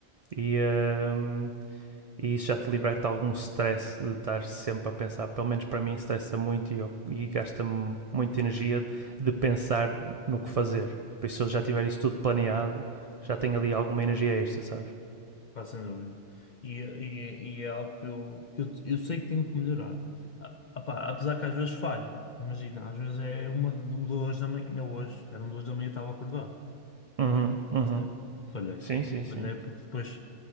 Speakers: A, on the right; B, on the left.
A: E, ehm, e isso já te liberta algum stress de estar sempre a pensar. Pelo menos para mim, estressa muito e, e gasta-me muita energia de pensar no que fazer. Por isso, se eu já tiver isso tudo planeado, já tenho ali alguma energia extra, sabes?
B: pá, sem dúvida. E, e- e é algo que eu, que eu, eu sei que tenho que melhorar. Ah, ah, pá, apesar que às vezes falho. Imagina, às vezes é uma, de- duas da manhã. Ainda hoje, eram duas da manhã e estava acordado.
A: Uhum, uhum.
B: Percebe? Falhei.
A: Sim, sim, sim.
B: Falhei porque depois.